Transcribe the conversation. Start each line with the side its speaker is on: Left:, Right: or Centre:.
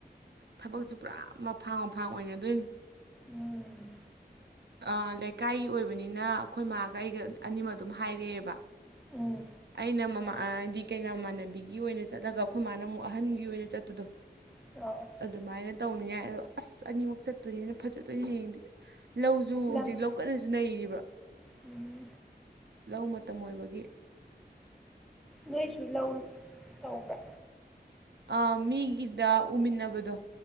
Right: ꯊꯕꯛꯁꯦ ꯄꯨꯔꯥ ꯃꯐꯥꯡ ꯃꯐꯥꯡ ꯑꯣꯏꯅꯗꯣꯏꯅꯤ
Centre: ꯎꯝ
Right: ꯑꯥ ꯂꯩꯀꯥꯏꯒꯤ ꯑꯣꯏꯕꯅꯤꯅ ꯑꯩꯈꯣꯏ ꯃꯥꯒ ꯑꯩꯒ ꯑꯅꯤꯃꯛ ꯑꯗꯨꯝ ꯍꯥꯏꯔꯛꯑꯦꯕ
Centre: ꯎꯝ
Right: ꯑꯩꯅ ꯃꯃꯥ ꯍꯥꯏꯗꯤ ꯀꯩꯅꯥꯃꯥꯃꯣꯟꯅꯕꯤꯒꯤ ꯑꯣꯏꯅ ꯆꯠꯂꯒ ꯑꯩꯈꯣꯏ ꯃꯥꯅ ꯑꯃꯨꯛ ꯑꯍꯟꯒꯤ ꯑꯣꯏꯅ ꯆꯠꯄꯗꯣ
Centre: <unintelligible>
Right: ꯑꯗꯨꯃꯥꯏꯅ ꯇꯧꯅꯤꯡꯉꯥꯏ ꯑꯗꯣ ꯑꯁ ꯑꯅꯤꯃꯛ ꯆꯠꯇꯣꯏꯅꯤꯅ ꯐꯖꯗꯣꯏꯅꯦ ꯍꯌꯦꯡꯗꯤ ꯂꯧꯁꯨꯨ
Centre: ꯂꯝ
Right: ꯍꯧꯖꯤꯛ ꯂꯧ ꯀꯟꯅꯁꯨ ꯅꯩꯔꯤꯕ
Centre: ꯎꯝ
Right: ꯂꯧ ꯃꯇꯝ ꯑꯣꯏꯕꯒꯤ
Centre: ꯅꯣꯏꯁꯨ ꯂꯧ ꯇꯧꯕ꯭ꯔꯥ
Right: ꯑꯥ ꯃꯤꯒꯤꯗ ꯎꯃꯤꯟꯅꯕꯗꯣ